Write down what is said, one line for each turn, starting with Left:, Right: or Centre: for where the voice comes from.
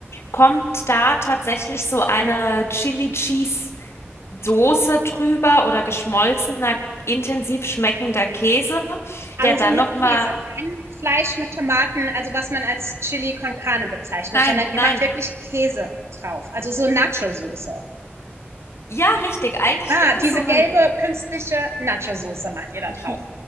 Left: kommt da tatsächlich so eine Chili Cheese Soße drüber oder geschmolzener, intensiv schmeckender Käse
Right: also
Left: der dann
Right: nur
Left: nochmal
Right: Käse, kein Fleisch mit Tomaten, also was man als Chili con Carne bezeichnet,
Left: Nein,
Right: sondern ihr
Left: nein.
Right: macht wirklich Käse drauf, also so Nacho-Soße.
Left: Ja, richtig. Eigentlich
Right: Ah,
Left: ist
Right: diese
Left: es so ein...
Right: gelbe künstliche Nacho-Soße macht ihr da
Left: hi-
Right: drauf.